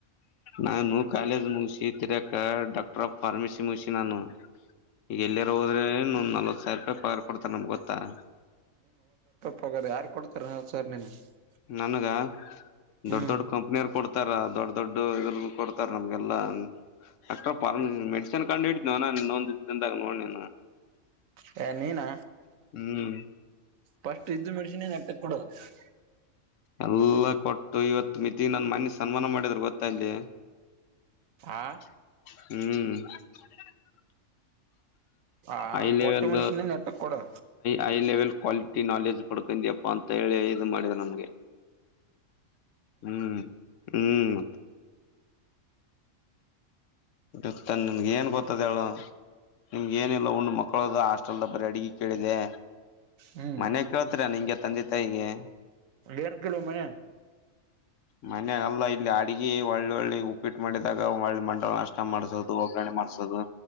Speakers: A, on the left (about 70°); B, on the right (about 80°).
A: ನಾನು ಕಾಲೇಜ್ ಮುಗಿಸಿ ತಿರಕ ಡಾಕ್ಟರ್ ಆಫ್ ಫಾರ್ಮಸಿ ಮುಗಿಸಿ ನಾನು ಈಗ ಎಲ್ಲಿಯರ ಹೋದ್ರೆ! ಇನಲ್ವತ್, ಸಾವಿರ ರೂಪಾಯಿ, ಪವಾರ್, ಕೊಡ್ತಾರೆ! ನಮಗೆ ಗೊತ್ತಾ? <inaudible>
B: ತಗೊಳ್ಳಿ, ಯಾರುಕೊಡುತ್ತಾರೆ, ಹತ್ತುಸಾವಿರ, ನೀನು. <unintelligible>
A: ನನ್ಗ,
B: ಹ್ಮ್
A: ದೊಡ್ಡ ದೊಡ್ಡ ಕಂಪ್ನಿಯರ್ ಕೊಡ್ತಾರ ದೊಡ್. <unintelligible> ದೊಡ್ಡ, ಇದರು, ಕೊಡ್ತಾರೆ ನಮ್ಗೆಲ್ಲಾ! <inaudible> ಡಾಕ್ಟ್ರ, ಪರು, ಮೆಡಿಸಿನ್ ಕಂಡ್ ಹಿಡಿಯತಿನಿ ಇನ್ನೊಂದಾಗ, ನೋಡ ನೀನು. <inaudible>
B: ಹೇ, ನೀನಾ,
A: ಹ್ಮ್
B: ಫಸ್ಟ್, ಇದ್ದು, ಮೆಡಸಿನ್, ನೆಟ್ಟಗೆ, ಕೊಡು. <unintelligible>
A: ಎಲ್ಲ, ಕೊಟ್ಟು, ಇವತ್ ಮಿತಿ ನನ್, ಮೋನಿ ಸನ್ಮಾನ, ಮಾಡಿದ್ರರು, ಗೊತ್ತಾ, ಇಲಿ. <inaudible>
B: ಆ
A: ಹ್ಮ್... <unintelligible>
B: ಆ
A: ಹೈ ಲೆವೆಲ್
B: ಕೊಟ್ಟ ಮೆಣಸಿನ ನೆಟ್ಟಕ್ ಕೊಡು
A: ಹೈ ಲೆವೆಲ್ ಕ್ವಾಲ ನಾಲೆಜ್ ಪಡ್ಕೊಂಡಿಪ್ಪಾ ಅಂತ ಹೇಳಿ ಇ ಮಾಡಿದ ನಮ್ಗೆ ಹ್ಮ್ ಹ್ಮ್ ಇತ ನಿಮ್ಗೆ ಏನ್ ಗೊತ್ತದ ಹೇಳು ನಿಮ್ಗ ಏನಿಲ್ಲ ಉಂಡ್ ಮಕ್ಕಳದ ಹಾಸ್ಟೆಲ್ದ ಬರೀ ಅಡಗೆ ಕೇಳಿದೆ
B: ಹ್ಮ್
A: ಮನೆ ಕೇತರ ನಿಂಗೆ ತಂದೆ ತಾಯಗೆ
B: ಎೇರ್ ಕಲೋ ಮನ
A: ಮನ ಅಲ್ಲ ಇಲ್ಲಿ ಅಡ್ಗ ಒಳ್ಳಳ್ಳೆ ಉಪ್ಪಿಟ್ಟು ಮಾಡಿದಾಗ ಒಳ್ಳೆ ಮಂಡಲ ನಷ್ಟ ಮಾಡ್ಸೋದು ಹೋಗೋಣ ಮಾಡ್ಸೋದು